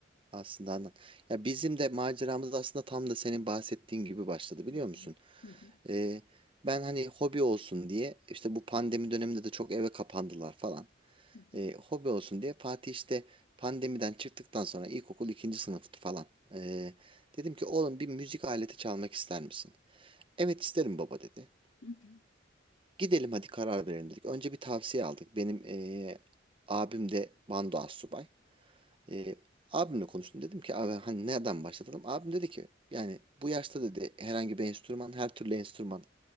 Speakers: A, on the right; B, on the left.
A: Aslında anlat. Ya bizim de maceramız aslında tam da senin bahsettiğin gibi başladı biliyor
B: Hı
A: musun?
B: hı, hı hı,
A: Ee, ben hani hobi olsun diye işte bu pandemi döneminde de çok eve kapandılar falan.
B: hı hı,
A: e, hobi olsun diye Fatih işte pandemiden çıktıktan sonra ilkokul ikinci sınıftı falan. E, dedim ki oğlum bir müzik aleti çalmak ister misin? Evet isterim baba dedi.
B: hı hı,
A: Gidelim hadi karar verelim dedik. Önce bir tavsiye aldık. Benim e, abim de bando astsubay. E, abimle konuştum dedim ki abi hani nereden başlatalım? Abim dedi ki yani bu yaşta dedi herhangi bir enstrüman her türlü enstrüman